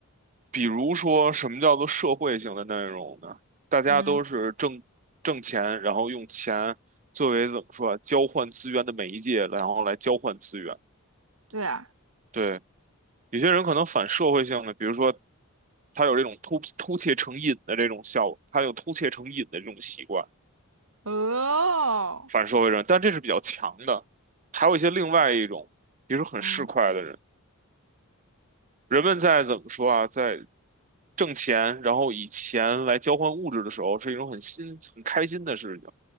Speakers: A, on the right; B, on the right.
A: 比如说什么叫做社会性的内容呢？大家都是挣挣钱，
B: 嗯，
A: 然后用钱作为怎么说啊，交换资源的媒介，然后来交换资源。
B: 对啊，
A: 对，有些人可能反社会性的，比如说他有这种偷偷窃成瘾的这种效，他有偷窃成瘾的这种习惯。
B: 哦，
A: 反社会人，但这是比较强的。还有一些另外一种，比如说很市侩的人，
B: 嗯
A: 人们在怎么说啊，在挣钱，然后以钱来交换物质的时候，是一种很新、很开心的事情。